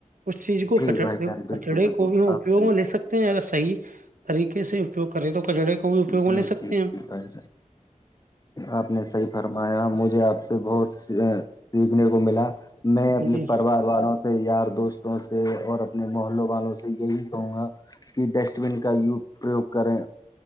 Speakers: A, on the right; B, on the left.
A: اس چیز کو
B: جی
A: ک
B: بھائی جان بالکل
A: کچڑے
B: بالکل
A: کو بھی ہم اپیوگ
B: آپ صحیح
A: میں لے سکتے س ا صحی طریقے سے اپیوگ کریں تو کچڑے کا بھی اپیوگ
B: جی
A: میں لے
B: جی
A: سکتے ہیں ہم
B: جی بھائی جان آپ نے صحیح فرمایا مجھے آپ سے بہت سیکھنے کو ملا میں اپنے
A: ہاں جی
B: پریوار والوں سے سے یار دوستوں سے اور اپنے محلوں والوں سے یہی کہوں گا کہ ڈسٹ بین کا پرریوگ کریں